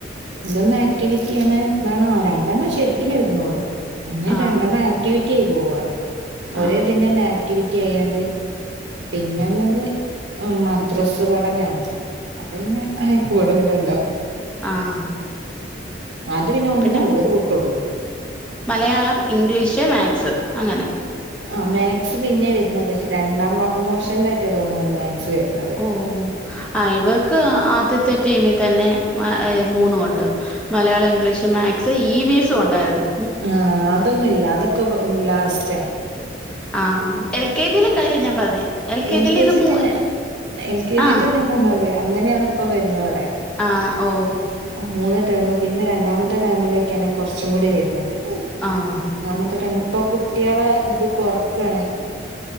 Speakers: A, on the right (about 70°); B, in the centre.
A: അതിലൊന്ന് ആക്ടിവിറ്റി ആണ് എന്താണ് ആ രണ്ടെണ്ണം ശരിക്കിന് വരുന്നുള്ളൂ ഒന്നും
B: ആ
A: രണ്ടെണ്ണം ആക്ടിവിറ്റി ആയി പോവുവാണ്
B: ആ
A: ഒരേ ഇതിൻ്റെ തന്നെ ആക്ടിവിറ്റ് റ്റി ചെയ്യാണ്ട് പിന്നെള്ളത് മദ്രസ് പഠനാണ് അതന്നെ അയ്ക്ക് പടൂലല്ലോ
B: ആഹ്
A: അത് പിന്നെ ഒന്നൊള്ളൂ
B: പിന്നെ
A: ഒരു ബുക്കൊള്ളൂ
B: മലയാളം ഇംഗ്ലീഷ് മാത്സ് അങ്ങനെ
A: ആ മാത്സ് പിന്നെ വരണത് രണ്ടാം പോർഷനിലായിട്ടാ തോന്നുന്നുണ്ട് മാത്സ് വരുന്നത്
B: ഓ ആഹ് ഇവർക്ക് ആദ്യത്തെ ടേമി തന്നെ മൂന്നും ഒണ്ട് Malayalam English maths E V എസും ഒണ്ടായിരുന്നു
A: ആഹ് അതൊന്നുമില്ല അതൊക്കെ ലാസ്റ്റാ
B: ആഹ് എൽ കെ ജീലെ കാര്യാ ഞാൻ പറഞ്ഞേ
A: എൽ
B: ജിൽ
A: കെ
B: ഇത്
A: ജി
B: മൂ
A: തന്നെ എൽ കെ
B: ആഹ്
A: ജി തന്നെ ഞാമ്പറഞ്ഞത് അങ്ങനെയാണ് ഇപ്പ വരുന്ന ഇവിടെ
B: ആഹ് ഓ
A: മൂന്ന് ടേമ് പിന്നെ രണ്ടാമത്തെ ടേമിലെക്കെണ് കുറച്ചും കൂടി വരുന്നത്
B: ആഹ്
A: ന്നാമത്തെടേമ് ഇപ്പൊകുട്ടിയാളെ ഇത് കൊറക്കാണ്